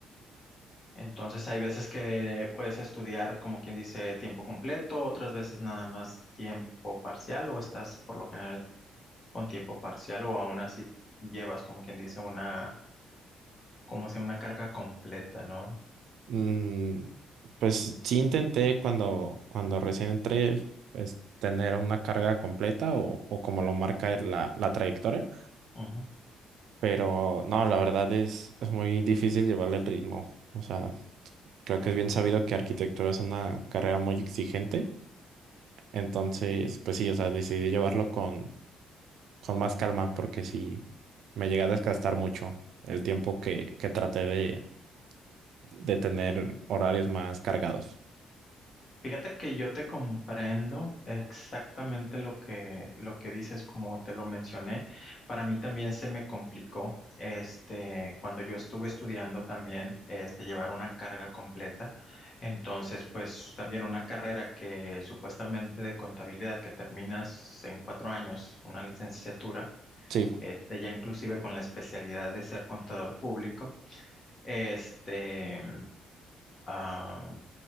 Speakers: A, on the left; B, on the right.
A: Entonces hay veces que puedes estudiar, como quien dice, tiempo completo, otras veces nada más tiempo parcial, o estás por lo general con tiempo parcial, o aún así llevas, como quien dice, una, como sea, una carga completa, no
B: Mm, pues sí intenté cuando, cuando recién entré, pues tener una carga completa o, o como lo marca la, la trayectoria,
A: Ujú.
B: pero no, la verdad es, es muy difícil llevarle el ritmo. O sea, creo que es bien sabido que arquitectura es una carrera muy exigente Entonces, pues sí, o sea, decidí llevarlo con, con más calma porque sí me llegué a desgastar mucho el tiempo que, que traté de, de tener horarios más cargados.
A: Fíjate que yo te comprendo exactamente lo que, lo que dices, como te lo mencioné. Para mí también se me complicó, este, cuando yo estuve estudiando también, este, llevar una carga completa. Entonces, pues también una carrera que supuestamente de contabilidad que terminas en cuatro años, una licenciatura,
B: Sí,
A: este, ya inclusive con la especialidad de ser contador público, este, ah,